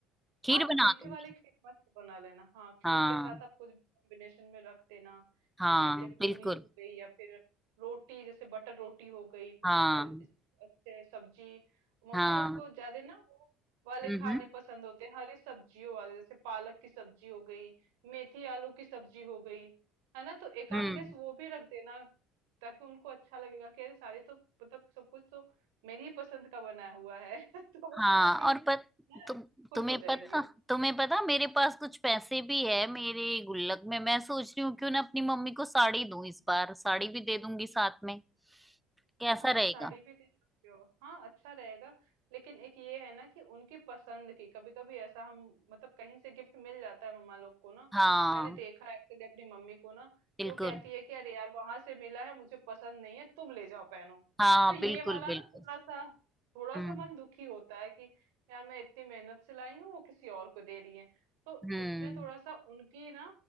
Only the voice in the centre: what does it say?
खीर
बना
दूंगी
हाँ
हाँ
बिल्कुल
हाँ
हाँ
हम्म
हम्म
हाँ
और पत,
तु,
तुम्हें
पता तुम्हें पता मेरे पास कुछ पैसे भी है मेरे गुल्लक में मैं सोच रही हूँ क्यों ना अपनी मम्मी को साड़ी दूं इस बार साड़ी भी दे दूंगी साथ में कैसा
रहेगा
हाँ
बिल्कुल
हाँ
बिल्कुल
बिल्कुल
हम्म
हम्म